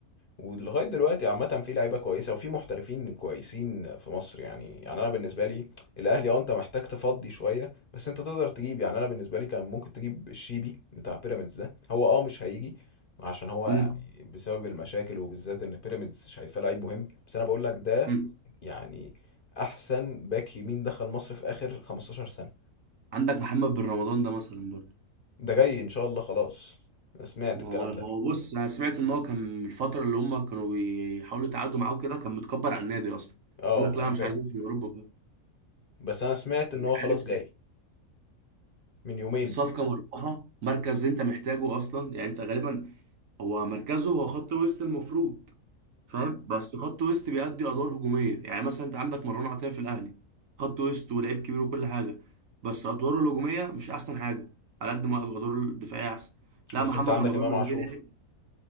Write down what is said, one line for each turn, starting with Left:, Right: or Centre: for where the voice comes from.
Left: ولغايه دلوقتي عامه في لعيبه كويسه وفي محترفين كويسين في مصر يعني يعني انا بالنسبه لي الاهلي اه انت محتاج تفضي شويه بس انت تقدر تجيب يعني انا بالنسبه لي كان ممكن تجيب الشيبي بتاع بيراميدز ده هو اه مش هيجي عشان هو
Right: امم
Left: يعني بسبب المشاكل وبالذات ان بيراميدز شايفاه لعيب مهم بس انا بقول لك ده
Right: امم
Left: يعني احسن باك يمين دخل مصر في اخر 15 سنه
Right: عندك محمد بن رمضان ده مثلا برضه
Left: ده جاي ان شاء الله خلاص انا سمعت
Right: ما
Left: الكلام
Right: هو هو
Left: ده
Right: بص انا سمعت ان هو كان من الفتره اللي هم كانوا بيحاولوا يتعاقدوا معاه كده كان متكبر على النادي اصلا
Left: اه
Right: يقول لك لا
Left: انا
Right: أنا
Left: فاكر
Right: مش عايزين في اوروبا
Left: بس انا سمعت ان
Right: مش
Left: هو خلاص
Right: عارف
Left: جاي
Right: يعني
Left: من يومين
Right: الصفقه مربحه مركز انت محتاجه اصلا يعني انت غالبا هو مركزه هو خط وسط المفروض فاهم بس خط وسط بيأدي ادوار هجوميه يعني مثلا انت عندك مروان عطيه في الاهلي خط وسط ولعيب كبير وكل حاجه بس ادواره الهجوميه مش احسن حاجه على قد ما ادواره الدفاعيه احسن لا
Left: بس
Right: محمد
Left: انت عندك
Right: رمضان
Left: امام
Right: لو
Left: عاشور
Right: جه لعب